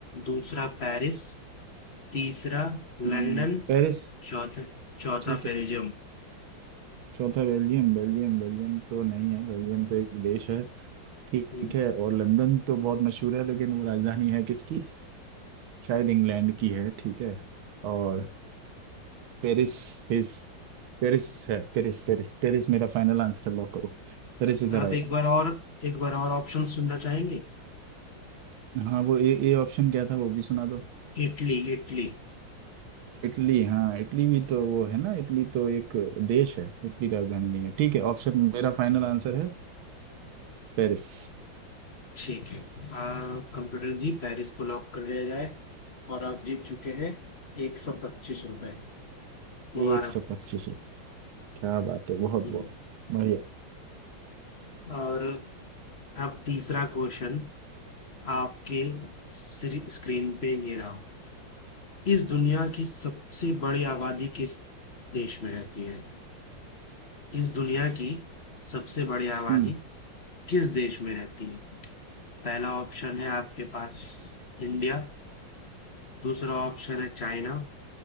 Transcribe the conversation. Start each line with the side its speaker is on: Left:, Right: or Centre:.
Left: दूसरा पेरिस तीसरा
Right: हम्म,
Left: लंदन
Right: पेरिस
Left: चौथा चौथा
Right: ठीक है
Left: बेल्जियम
Right: चौथा बेल्जियम बेल्जियम बेल्जियम तो नहीं है बेल्जियम तो एक देश है ठीक
Left: हम्म,
Right: है और लंदन तो बहुत मशहूर है लेकिन वो राजधानी है किसकी शायद इंग्लैंड की है ठीक है और पेरिस हिज पेरिस है पेरिस पेरिस पेरिस मेरा फाइनल आंसर लॉक करो Paris is the
Left: आप
Right: right
Left: एक
Right: answer
Left: बार और एक बार और ऑप्शन सुनना चाहेंगे
Right: हाँ वो ए ए ऑप्शन क्या था वो भी सुना दो
Left: इटली इटली
Right: इटली हाँ इटली भी तो वो है ना इटली तो एक देश है इटली राजधानी नहीं है ठीक है ऑप्शन मेरा फाइनल आंसर है पेरिस
Left: ठीक है आ, कंप्यूटर जी पेरिस को लॉक कर दिया जाए और आप जीत चुके हैं एक सौ पच्चीस रुपए मुबारक
Right: एक सौ पच्चीस क्या बात है बहुत
Left: हम्म।
Right: बहुत बढ़िया
Left: और अब तीसरा क्वेश्चन आपके स्री- स्क्रीन पे ये रहा इस दुनिया की सबसे बड़ी आबादी किस देश में रहती है इस दुनिया की सबसे बड़ी आबादी
Right: हम्म
Left: किस देश में रहती है पहला ऑप्शन है आपके पास इंडिया दूसरा ऑप्शन है चाइना